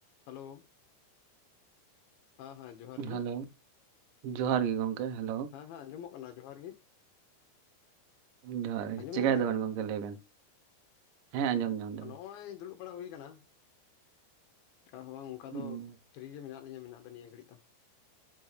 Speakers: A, on the left (about 75°); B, on the right (about 85°).
A: Hello ᱦᱮᱸ ᱦᱮᱸ ᱡᱚᱦᱟᱨ ᱜᱮ
B: ᱦᱮᱞᱳ ᱡᱚᱦᱟᱨ ᱜᱮ ᱜᱚᱢᱠᱮ ᱦᱮᱞᱳ᱾
A: ᱦᱮᱸ ᱦᱮᱸᱡᱚᱢᱚᱜ ᱠᱟᱱᱟ ᱡᱚᱦᱟᱨᱜᱤ᱾
B: ᱡᱚᱦᱟᱨ
A: ᱟᱸᱡᱚᱢ
B: ᱜᱮ ᱪᱮᱠᱟᱹᱭ
A: ᱧᱟᱢᱮᱫ
B: ᱫᱟᱵᱮᱱ
A: ᱵᱮᱱ
B: ᱜᱚᱝᱠᱮ ᱞᱟᱹᱭ ᱵᱮᱱ ᱦᱮᱸ ᱟᱸᱡᱚᱢ <inaudible>
A: ᱚᱸᱭ ᱫᱩᱲᱩᱵ ᱵᱟᱲᱟ ᱦᱩᱭᱩ ᱟᱠᱟᱱᱟ ᱦᱚᱸ ᱚᱱᱠᱟ
B: ᱦᱩᱸ
A: ᱫᱚ ᱯᱷᱤᱨᱤ ᱜᱮ ᱢᱮᱱᱟᱜ ᱞᱤᱧᱟᱹ ᱢᱮᱱᱟᱜ ᱫᱚ ᱱᱤᱭᱟᱹ ᱜᱷᱟᱹᱲᱤᱜ ᱫᱚ᱾